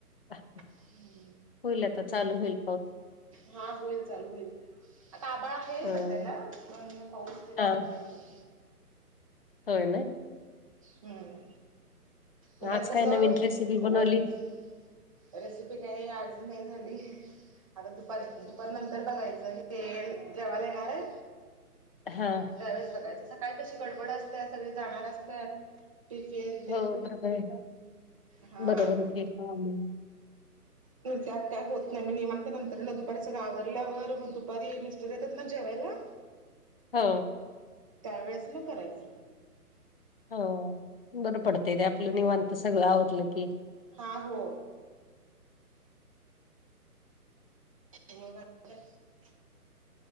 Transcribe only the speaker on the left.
ह म.
हुईल आता चालू हुईल.
हो
हा
होय नाही.
आज
काय नवीन रेसिपी बनवली?
हा.
हो बरोबर ये,
बरोबरे कि हा मं.
हा.
हो बरं पडतय ते आपलं निवांत सगळं आवरलं कि.